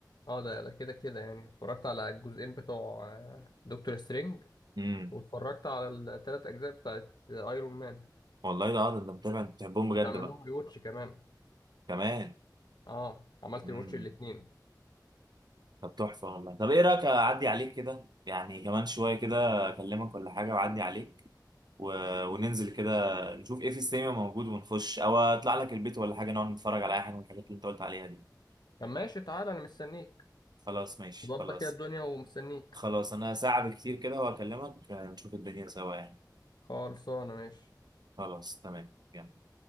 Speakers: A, on the left; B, on the right.
A: اه ده ده كده كده يعني اتفرجت على الجزئين بتوع آه، دكتور سترينج
B: امم
A: واتفرجت على الثلاث اجزاء بتاعت ايرون مان
B: والله ده اه ده انت متابع انت بتحبهم بجد
A: كنت عامل
B: بقى
A: لهم ريواتش كمان
B: كمان
A: اه عملت
B: امم
A: ريواتش الاثنين
B: طب تحفه والله طب ايه رايك اعدي عليك كده يعني كمان شويه كده اكلمك ولا حاجه واعدي عليك و... وننزل كده نشوف ايه في السينما موجود ونخش او اطلع لك البيت ولا حاجه نقعد نتفرج على اي حاجه من الحاجات اللي انت قلت عليها دي
A: طب ماشي تعالى انا مستنيك
B: خلاص ماشي
A: ظبط
B: خلاص
A: كده الدنيا ومستنيك
B: خلاص انا ساعه بالكتير كده وهكلمك آه، نشوف الدنيا سوا يعني
A: خلصانه ماشي
B: خلاص تمام يلا.